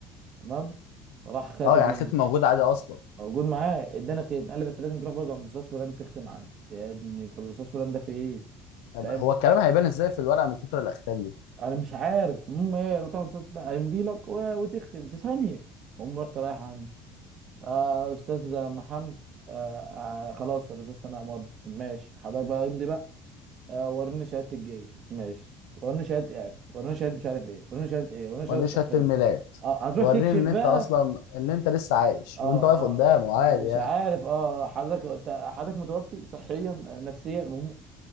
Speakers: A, on the right; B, on the left.
A: تمام؟ فراح خاتم
B: اه يعني
A: من
B: ختم
A: ال-
B: موجود عادي اصلا
A: موجود معاه اداني ختم قال لي بس لازم تروح برضه عند الاستاذ فلان تختم عنده يا ابني طب الاستاذ فلان ده في ايه؟
B: طب
A: فاهم؟
B: هو الكلام هيبان ازاي في الورقة من كتر الاختام دي
A: انا مش عارف المهم ايه رحت عند الاستاذ ده هيمضي لك و- وتختم في ثانيه المهم رحت رايح عنده آه استاذ محمد آه آه خلاص الاستاذ سناء مضى طب ماشي حضرتك بقى امضي بقى آه وريني شهاده الجيش ماشي وريني شهاده اعفاء وريني شهاده مش عارف ايه وريني شهاده ايه وريني شهاده
B: وريني
A: صحيه
B: شهادة الميلاد
A: اه هتروح
B: وريني
A: تكشف
B: ان
A: بقى
B: انت اصلا ان انت لسه عايش
A: اه
B: وانت واقف
A: اه
B: قدامه
A: مش
B: عادي يعني
A: عارف اه حضرتك أنت- حضرتك متوفي صحيا آه، نفسيا المهم